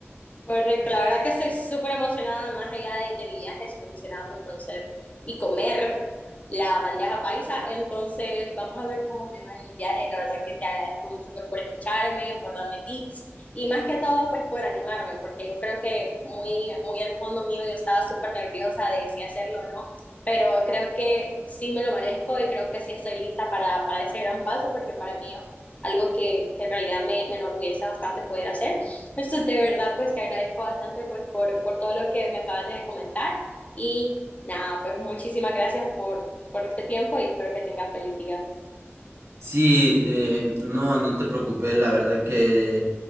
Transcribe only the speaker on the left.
Correcto, la verdad que estoy súper emocionada, más allá de, de mi viaje, estoy emocionada por conocer y comer la bandeja paisa. Entonces, vamos a ver cómo me va en el viaje. La verdad que te agradezco mucho pues, por escucharme, por darme tips y más que todo, pues por animarme, porque yo creo que muy, muy al fondo mío yo estaba súper nerviosa de si hacerlo o no, pero creo que sí me lo merezco y creo que sí estoy lista para, para ese gran paso, porque para mí es algo que, que en realidad me, me enorgullece bastante poder hacer. Eso de verdad, pues te agradezco bastante pues por, por todo lo que me acabas de comentar y nada, pues muchísimas gracias por, por este tiempo y espero que tengas feliz día.